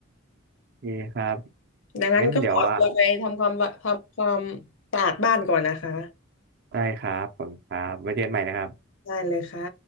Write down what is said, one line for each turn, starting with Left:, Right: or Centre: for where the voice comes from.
Right: โอ่คครับ
Left: ดังนั้นก็ขอตัวไปทำความทำความ
Right: งั้นเดี๋ยวว่า
Left: สะอาดบ้านก่อนนะคะ
Right: ได้ครับผมครับไว้เจอกันใหม่นะครับ
Left: ได้เลยค่ะ